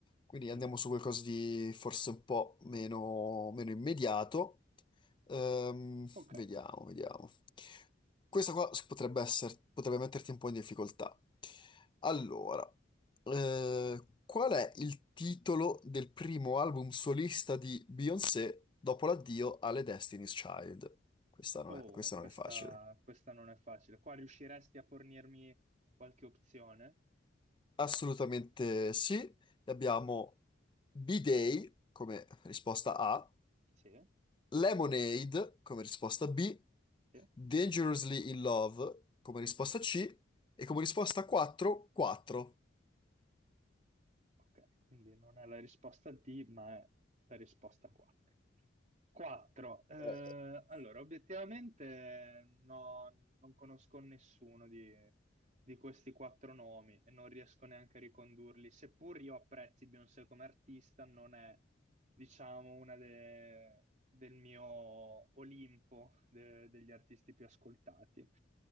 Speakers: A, on the left; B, on the right.
A: Quindi
B: andiamo.
A: andiamo su qualcosa di forse un po' meno, meno immediato. Ehm,
B: Ok,
A: vediamo, vediamo. Questa qua potrebbe essere- potrebbe metterti un po' in difficoltà. Allora. Eh, qual è il titolo del primo album solista di Beyoncé dopo l'addio alle Destiny's Child? Questa non
B: oh,
A: è, questa
B: questa,
A: non è facile.
B: questa non è facile. Qua riusciresti a fornirmi qualche opzione?
A: Assolutamente sì. Abbiamo B-Day come risposta A,
B: Sì,
A: Lemonade come risposta B,
B: sì.
A: Dangerously in Love come risposta C e come risposta 4, 4.
B: Ok, quindi non è la risposta D, ma è la risposta 4. 4. allora,
A: Eh,
B: obiettivamente no, non conosco nessuno di, di questi quattro nomi e non riesco neanche a ricondurli. Seppur io apprezzi Beyoncé come artista, non è, diciamo, una de- del mio Olimpo de- degli artisti più ascoltati.